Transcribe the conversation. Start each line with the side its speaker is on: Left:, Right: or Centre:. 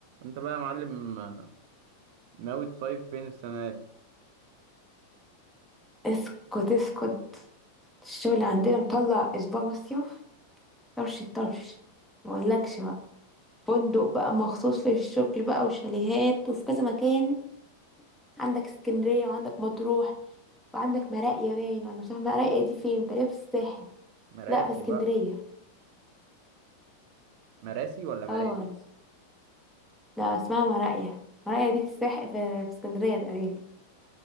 Right: انت بقى يا معلم آه، ناوي تصيف فين السنة دي؟
Centre: اسكت اسكت الشغل عندنا مطلع اسبوع مصيف طرش الطرش ما اقولكش بقى فندق بقى مخصوص للشغل بقى وشاليهات وفي كذا مكان عندك اسكندرية وعندك مطروح وعندك مراقية باين وانا مش عارفة مراقية دي فين تقريبا في الساحل
Right: مراسي
Centre: لا في اسكندرية
Right: بقى مراسي ولا مرائي؟
Centre: اه لا اسمها مراقية مراقية دي في الساحل في في اسكندرية تقريبا